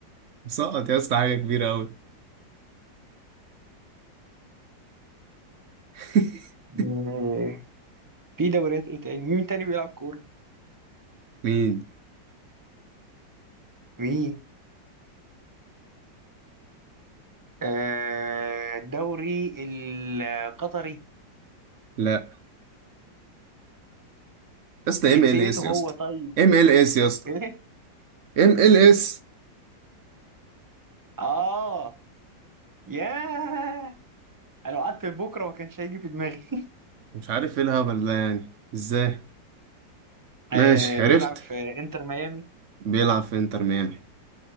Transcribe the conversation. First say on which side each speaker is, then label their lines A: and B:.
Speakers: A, on the right (about 60°); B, on the right (about 20°).
A: مسقط يا اسطى حاجة كبيرة أوي <laughs>
B: <laughs> آه، في دوريات ايه تاني؟ مين تاني بيلعب كورة؟
A: مين؟
B: مين؟ آه، الدوري القطري
A: لا يا اسطى
B: جنسيته
A: ام ال اس يا
B: هو
A: اسطى
B: طيب
A: ام ال اس يا
B: <laughs>
A: اسطى
B: ايه
A: ام ال اس
B: اه ياه انا لو قعدت لبكره ما كانش هيجي في دماغي
A: مش عارف ايه الهبل ده يعني ازاي
B: <laughs> آه
A: ماشي
B: بيلعب
A: عرفت
B: في انتر ميامي
A: بيلعب في انتر ميامي